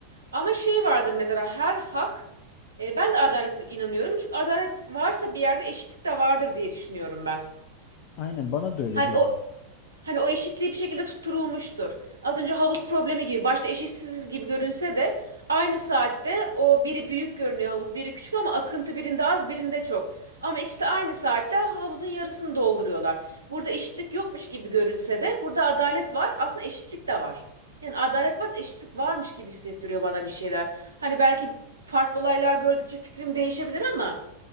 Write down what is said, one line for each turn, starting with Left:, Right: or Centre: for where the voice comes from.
Right: Ama şey vardır mesela her hak e, ben de adalete inanıyorum. Çünkü adalet varsa bir yerde eşitlik de vardır diye düşünüyorum ben.
Left: Aynen bana da öyle
Right: Hani
Left: geliyor.
Right: o Hani o eşitliği bir şekilde tutturulmuştur. Az önce havuz problemi gibi başta eşitsiz gibi görünse de aynı saatte o biri büyük görünüyor havuz, biri küçük ama akıntı birinde az, birinde çok. Ama ikisi de aynı saatte havuzun yarısını dolduruyorlar. Burada eşitlik yokmuş gibi görünse de burada adalet var. Aslında eşitlik de var. Yani adalet varsa eşitlik varmış gibi hissettiriyor bana bir şeyler. Hani belki farklı olaylar gördükçe fikrim değişebilir ama